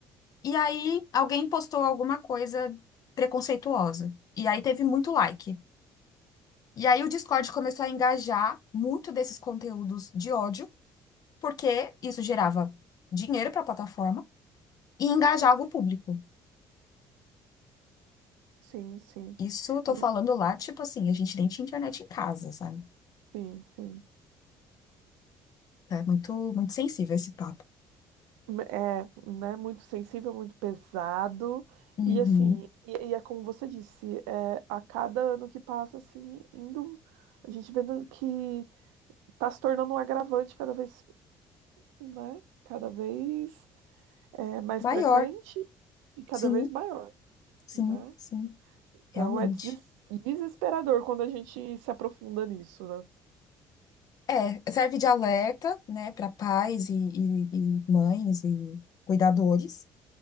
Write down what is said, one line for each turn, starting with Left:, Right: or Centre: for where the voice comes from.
Left: E aí alguém postou alguma coisa preconceituosa. E aí teve muito like. E aí o Discord começou a engajar muito desses conteúdos de ódio, porque isso gerava dinheiro para a plataforma e engajava o público.
Right: sim, sim.
Left: Isso eu tô
Right: M-
Left: falando lá, tipo assim, a gente nem tinha internet em casa, sabe?
Right: Sim, sim.
Left: É muito, muito sensível esse papo.
Right: É, né, muito sensível, muito pesado.
Left: Uhum.
Right: E assim, e, e é como você disse, é, a cada ano que passa, assim, indo, a gente vendo que tá se tornando um agravante cada vez, né, cada vez é, mais
Left: Maior.
Right: frequente e cada
Left: Sim,
Right: vez maior.
Left: sim,
Right: né?
Left: sim,
Right: Então
Left: realmente.
Right: é deses- desesperador quando a gente se aprofunda nisso, né?
Left: É, serve de alerta, né, para pais e, e e mães e cuidadores.